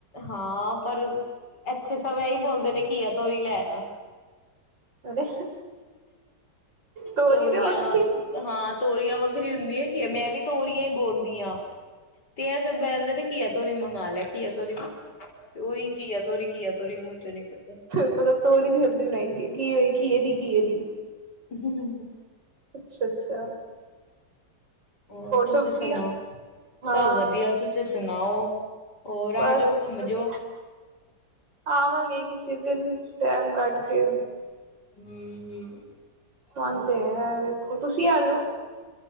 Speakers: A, on the left; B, on the right.
A: ਹਾਂ ਪਰ ਇੱਥੇ ਸਭ ਇਹੀ ਬੋਲਦੇ ਨੇ ਕੀਆ ਤੋਰੀ ਲੈ ਆਣਾ।
B: ਅਰੇ ਤੋਰੀ
A: ਤੋਰੀਆਂ
B: ਤੇ ਵੱਖਰੀ
A: ਹਾਂ ਤੋਰੀਆਂ ਵ ਵੱਖਰੀ ਹੁੰਦੀ ਆ ਕੀ ਮੈਂ ਵੀ ਤੋਰੀਆਂ ਹੀ ਬੋਲਦੀ ਹਾਂ, ਤੇ ਇਹ ਸਭ ਬੋਲਦੇ ਨੇ ਤੇ ਕੀਆ ਤੋਰੀ ਮੰਗਵਾ ਲੈਆ, ਘਿਆ ਤੇ ਉਹੀ। ਘੀਆ ਤੋਰੀ ਮੂੰਹ ਚੋਂ ਨਿਕਲਦਾ
B: ਮਤਲਬ ਤੋਰੀ ਦੀ ਸਬਜ਼ੀ ਬਣਾਈ ਸੀ ਘੀ ਘੀਏ ਦੀ। ਘਿਏ ਦੀ।
A: ਹੂੰ-ਹੂੰ-ਹੂੰ।
B: ਅੱਛਾ ਅੱਛਾ
A: ਹੋਰ ਤੁਸੀਂ
B: ਸਭ ਵਧੀਆ
A: ਸੁਣਾਓ
B: ਹਾਂ
A: ਸਭ ਵਧੀਆ ਤੁਸੀਂ ਸੁਣਾਓ ਹੋਰ
B: ਬਸ
A: ਆ ਜਾਓ ਘੁੰਮ ਜੋਓ
B: ਵਧੀਆ ਆਵਾਂਗੇ ਕਿਸੇ ਦਿਨ ਟਾਈਮ ਕੱਡ ਕੇ।
A: ਹੂੰ-ਹੂੰ।
B: ਕੰਮ ਤੇ ਹੈ। ਖ ਤੁਸੀਂ ਆ ਜਾਓ।